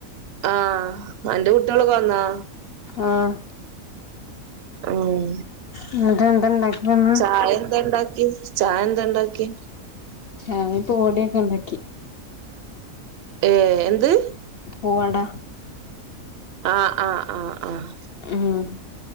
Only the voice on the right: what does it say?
ആഹ് അന്റെ കുട്ടിയളൊക്കെ വന്നാ?
ഉം
ചായ എന്താ ഇണ്ടാക്കി ചായ എന്താ ഇണ്ടാക്കി
ഏഹ് എന്ത്
ആഹ് ആഹ് ആഹ് ആഹ്